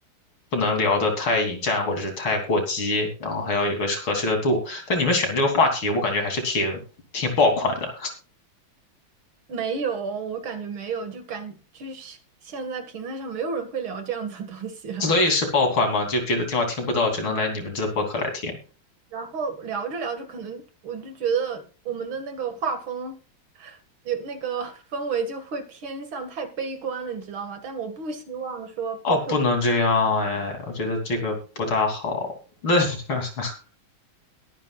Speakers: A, on the left; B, on the right.
A: 不能聊得太引战或者是太过激，然后还要有个合适的度。但你们选的这个话题，我感觉还是挺挺爆款的。
B: 没有，我感觉没有，就感就是现在平台上没有人会聊这样子的东西了。
A: 所以是爆款嘛？就别的地方听不到，只能来你们这的播客来听。
B: 然后聊着聊着，可能我就觉得我们的那个画风，有那个 <laughs> 氛围就会偏向太悲观了，你知道吗？但我不希望说播客，
A: 哦，不能这样哎，我觉得这个不大好。那 <laughs>